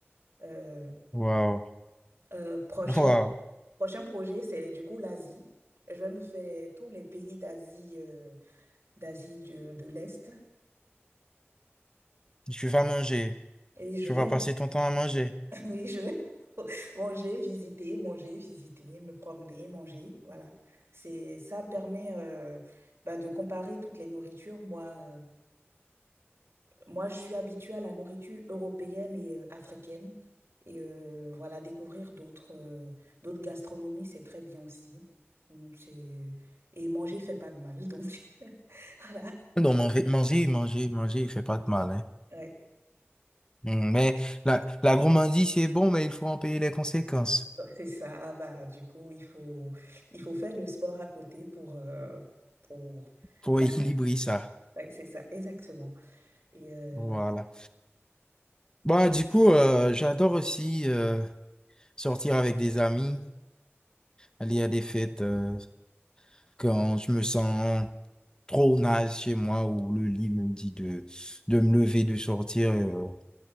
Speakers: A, on the right (about 70°); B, on the left (about 20°).
A: Euh,
B: Waouh,
A: euh, prochain
B: waouh.
A: prochain projet, c'est du coup l'Asie. Je vais me faire tous les pays d'Asie euh, d'Asie de, de l'Est.
B: Tu vas manger.
A: Et je
B: Tu
A: vais
B: vas passer ton temps à manger.
A: Oui, je <laughs> manger, visiter, manger, visiter, me promener, manger. Voilà. C'est ça permet euh, bah, de comparer toutes les nourritures. Moi, euh, moi, je suis habituée à la nourriture européenne et euh, africaine. Et euh, voilà, découvrir d'autres euh, d'autres gastronomies, c'est très bien aussi. Donc, c'est... Et manger fait pas de mal, donc <laughs> voilà.
B: Non, man- manger, manger, manger, il fait pas de mal, hein.
A: Ouais.
B: Mm, Mais la, la gourmandise, c'est bon, mais il faut en payer les conséquences
A: C'est ça, Ah bah, du coup, il faut, il faut faire le sport à côté pour, euh, pour,
B: pour
A: bah,
B: équilibrer ça.
A: Ouais, c'est ça, exactement. Et, euh,
B: Voilà. Bah,
A: et
B: du coup, euh, j'adore aussi euh, sortir avec des amis, aller à des fêtes euh, quand je me sens trop naze chez moi ou le lit me dit de, de me lever, de sortir. euh,